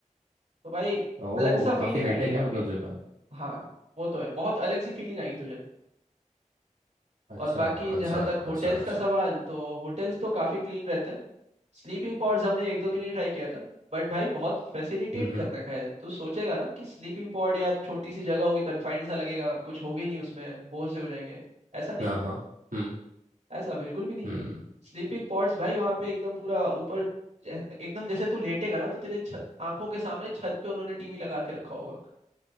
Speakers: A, on the right; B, on the right.
A: तो भाई
B: ओह
A: अलग सा
B: काफ़ी
A: फीलिंग
B: हाईटेक
A: आएगी काफ़ी
B: है मतलब जापान
A: हाँ वो तो है बहुत अलग सी फीलिंग आएगी तुझे
B: अच्छा
A: और बाकी जहाँ
B: अच्छा
A: तक होटल्स
B: अच्छा अच्छा
A: का सवाल तो होटल्स तो काफ़ी क्लीन रहते हैं स्लीपिंग पॉड्स हमने एक दो दिन ही ट्राई किया था बट भाई बहुत फैसिलिटेट
B: हम्म हम्म
A: कर रखा है तू सोचेगा ना कि स्लीपिंग पॉड यार छोटी सी जगह होगी कन्फाइंड सा लगेगा कुछ होगा ही नहीं उसमें बोर से हो जाएंगे ऐसा नहीं
B: हाँ
A: है
B: हाँ हम्म
A: ऐसा बिल्कुल भी नहीं
B: हम्म
A: है स्लीपिंग पॉड्स भाई वहाँ पे एकदम पूरा ऊपर जै- एकदम जैसे तू लेटेगा ना तो तेरे छ- आंखों के सामने छत पे उन्होंने टीवी लगा के रखा होगा